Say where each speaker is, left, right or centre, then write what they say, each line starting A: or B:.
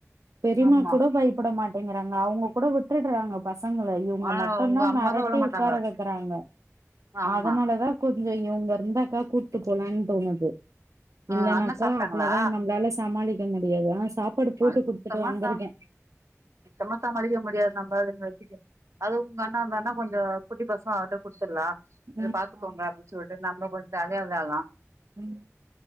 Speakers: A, on the right; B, on the right.
A: பெரிம்மா
B: ஆமா
A: கூட பயப்பட மாட்டேங்கிறாங்க அவுங்க கூட விட்டுடுறாங்க பசங்கள இவங்க
B: ஆனா
A: மட்டுதா
B: உங்க அம்மாதா
A: மெரட்டு
B: விட மாட்டாங்க
A: உக்கார வைக்கறாங்க
B: ஆமா
A: அதனாலதா கொஞ்சோ இவுங்க இருந்தாக்க கூட்டுப்போலன்னு தோணுது
B: ஆ
A: இல்லன்னாக்கா
B: அண்ண சாப்ட்டாங்களா
A: அவ்வளோதா நம்ளால சமாளிக்க முடியாது ஆன சாப்பாடு போட்டு
B: அது
A: குடுத்துட்டு
B: சுத்தமா
A: வந்திருக்கே
B: சா சுத்தமா சமாளிக்க முடியாது நம்ம அதுங்க வச்சிக்க அது உங்க அண்ணா இருந்தன்னா கொஞ்சோ குட்டி பசங் அவ்ருட்ட குடுத்துர்லா இத
A: ம்
B: பாத்துக்கோங்க
A: ஆமா
B: அப்டி சொல்ட்டு நம்ம கொஞ்ச ஜாலியா விளயாட்லா
A: ம்